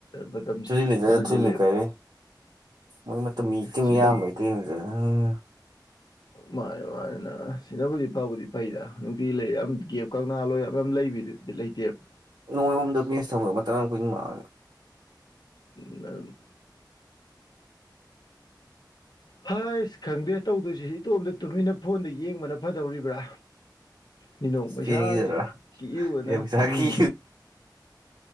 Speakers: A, on the left; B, on the right.
A: ꯃꯇꯝꯁꯦ
B: ꯇꯨꯖꯤꯜꯂꯤꯗ
A: ꯁꯥꯟꯅꯁꯤꯜꯂꯦ
B: ꯇꯨꯜꯂꯤ ꯀꯥꯏꯔꯦ ꯃꯣꯏ ꯃꯇꯝ ꯃꯤꯤꯝ
A: ꯁꯤꯅ
B: ꯌꯥꯝꯕꯩ ꯀꯩꯅꯒꯤꯅꯣꯗ
A: ꯃꯥꯅꯦ ꯃꯥꯅ ꯁꯤꯅꯕꯨꯗꯤ ꯐꯕꯨꯗꯤ ꯐꯩꯗ ꯅꯨꯡꯇꯤ ꯂꯩ ꯌꯥꯝ ꯒꯦꯞ ꯀꯅꯥ ꯂꯣꯏ ꯂꯩꯗꯨꯗꯤ ꯂꯩꯇꯦꯕ
B: ꯅꯣꯡꯃꯔꯣꯝꯗ ꯃꯦꯁ ꯊꯃꯒ ꯃꯇꯝ ꯌꯥꯝ ꯀꯨꯏꯟꯃꯛꯂꯦ
A: ꯎ ꯍꯥꯏ ꯑꯁ ꯈꯪꯗꯦ ꯇꯧꯗꯣꯏꯁꯤ ꯁꯤ ꯏꯇꯣꯝꯇ ꯇꯨꯃꯤꯟꯅ ꯐꯣꯟꯗ ꯌꯦꯡꯕꯅ ꯐꯗꯧꯔꯤꯕ꯭ꯔꯥ ꯃꯤꯅꯣꯛ
B: ꯏꯁꯄꯦꯟꯒꯤꯗꯔꯥ
A: ꯄꯩꯁꯥꯥꯁ ꯀꯤꯛꯌꯨꯅ
B: ꯌꯣꯡꯆꯥꯛꯀꯤ
A: ꯎꯝ <inaudible>